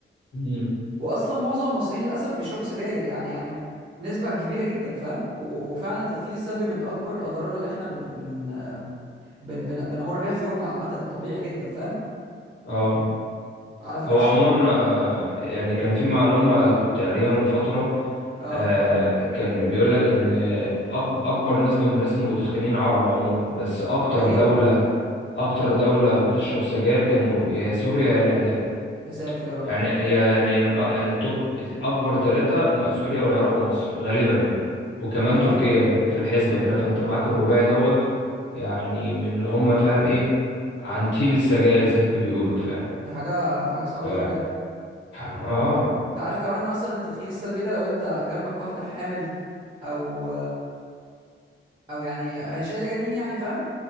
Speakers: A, on the left; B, on the right.
A: امم
B: واصلا معظم المصريين للاسف بيشربوا سجاير يعني يعني نسبه كبيره جدا فاهم و- وفعلا التدخين السلبي من اكبر الاضرار اللي احنا بن بن بن بن بنمر بيها في يومنا عامه الطبيعي جدا فاهم
A: اه
B: على فكره
A: هو
B: مثلا
A: عموما آه، يعني كان في معلومه كنت قاريها من فتره
B: اه
A: آه، كان بيقول لك ان آه، أك- اكبر نسبة من الناس المدخنين عرب عموما بس اكتر
B: حقيقه
A: دولة اكتر دولة بتشرب سجاير كانوا يا سوريا يا العراق
B: يا ساتر يا رب
A: يعني يا- يعني من أ- يعني التوب الاكبر ثلاثة سوريا والعراق ومصر غالبا يعني وكمان
B: اه
A: تركيا يعني في الحسبة كده فانت معاك الرباعي دوت يعني من اللي هم فاهم ايه عن تيل السجاير زي ما بيقولوا فاهم
B: دي حاجه حاجه صعبه
A: ف-
B: قوي بجد
A: اه
B: انت عارف كمان ان مثلا التدخين السلبي ده لو انت جنبك واحده حامل او او يعني هي شايله جنين يعني فاهم